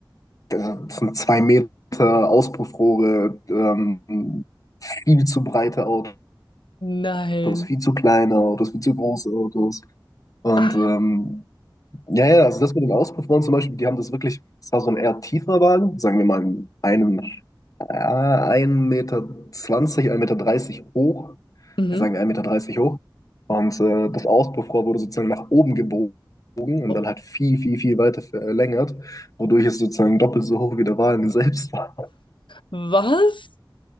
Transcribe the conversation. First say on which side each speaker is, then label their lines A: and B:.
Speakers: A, on the left (about 45°); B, on the left (about 80°).
A: das sind zwei Meter Auspuffrohre, ähm, viel zu breite Autos,
B: Nein.
A: viel zu kleine Autos, viel zu große Autos. Und
B: Ach,
A: ähm, Ja, ja, also das mit den Auspuffrohren zum Beispiel, die haben das wirklich, Es war so ein eher tieferer Wagen, sagen wir mal einen, einen äh, 1,20 Meter, 1,30 Meter dreißig hoch,
B: mhm.
A: ja, sagen wir 1,30 Meter dreißig hoch. Und äh, das Auspuffrohr wurde sozusagen nach oben gebogen und
B: Oh,
A: dann halt viel, viel, viel weiter verlängert, wodurch es sozusagen doppelt so hoch wie der Wagen selbst war.
B: Was?